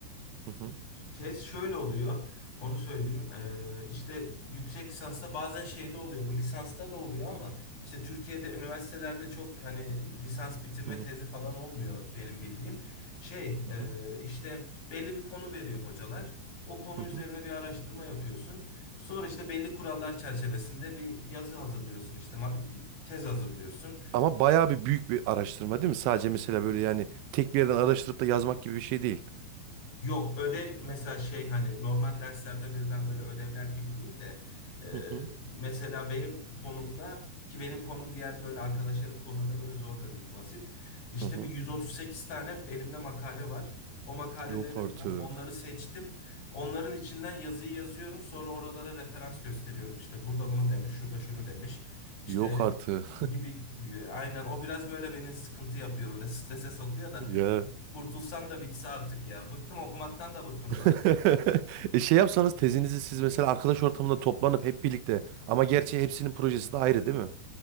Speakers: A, on the right (about 80°); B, on the left (about 55°).
A: hı hı,
B: e, Tez şöyle oluyor. Onu söyleyeyim. Ee, işte yüksek lisansta bazen şeyde oluyor. Bu lisansta da oluyor ama işte Türkiye'de üniversitelerde çok hani lisans bitirme
A: hı hı,
B: tezi falan olmuyor benim bildiğim. Şey
A: hı
B: e,
A: hı,
B: işte belli bir konu veriyor hocalar. O konu
A: hı hı.
B: üzerine bir araştırma yapıyorsun. Sonra işte belli kurallar çerçevesinde bir yazı hazırlıyorsun işte ma- tez hazırlıyorsun.
A: Ama bayağı bir büyük bir araştırma değil mi? Sadece mesela böyle yani tek bir yerden araştırıp da yazmak gibi bir şey değil.
B: Yok ödev mesela şey hani normal derslerde verilen böyle ödevler gibi değil de e,
A: Hı hı,
B: mesela benim konumda ki benim konum diğer böyle arkadaşlarım konularına göre zor da değil basit. İşte
A: hı hı.
B: bir 138 tane elimde makale var. O makalelerin
A: Yok artık.
B: o- onları seçtim. Onların içinden yazıyı yazıyorum. Sonra oralara referans gösteriyorum. İşte burada bunu demiş, şurada şunu demiş. İşte
A: Yok artık.
B: gibi gibi. Aynen o biraz böyle beni sıkıntı yapıyor böyle <laughs> strese sokuyor da
A: <laughs> Ya.
B: Kurtulsam da bitse artık ya. Bıktım okumaktan da bıktım
A: <laughs>
B: zaten.
A: E şey yapsanız tezinizi siz mesela arkadaş ortamında toplanıp hep birlikte ama gerçi hepsinin projesi de ayrı değil mi?